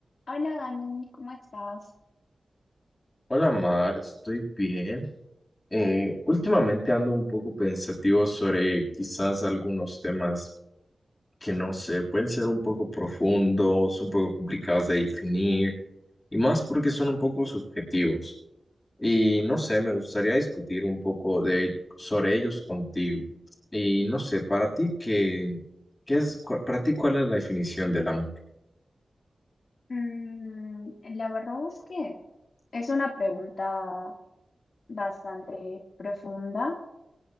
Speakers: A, on the left; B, on the left.
A: Hola Dani, ¿cómo estás?
B: Hola Mar, estoy bien. Eh, últimamente ando un poco pensativo sobre quizás algunos temas que no sé, pueden ser un poco profundos, un poco complicados de definir y más porque son un poco subjetivos. Y no sé, me gustaría discutir un poco de, sobre ellos contigo. Y no sé, para ti qué, qué es, cua- para ti cuál es la definición del amor?
A: Mm, la verdad es que es una pregunta bastante profunda